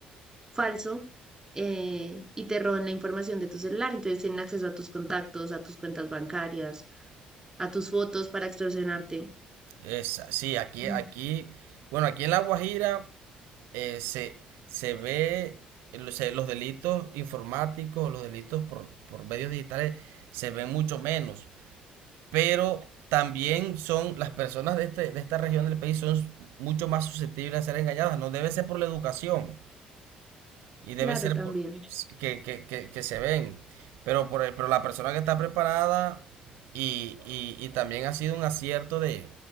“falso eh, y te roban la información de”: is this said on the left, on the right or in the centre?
Right